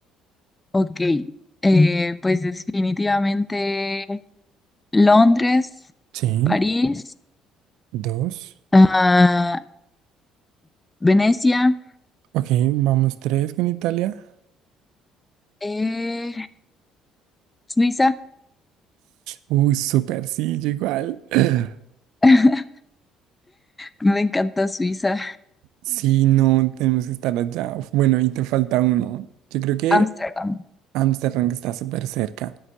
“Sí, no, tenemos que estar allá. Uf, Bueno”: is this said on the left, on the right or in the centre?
Right